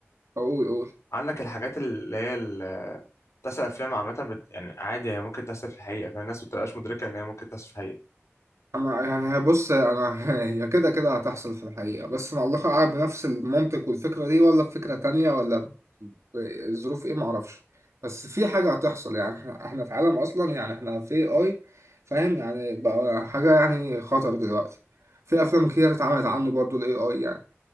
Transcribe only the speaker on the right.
اقول اقول
انا يعني هي- بص انا <laughs> هي كده كده هتحصل في الحقيقه بس مع الله اعلم بنفس المنطق والفكره دي ولا بفكره تانية ولا الظروف ايه معرفش بس في حاجه هتحصل يعني احنا احنا في عالم اصلا يعني احنا في اي فاهم يعني بقى حاجه يعني خطر دلوقتي في افلام كتير اتعملت عنه برضو الاي اي يعني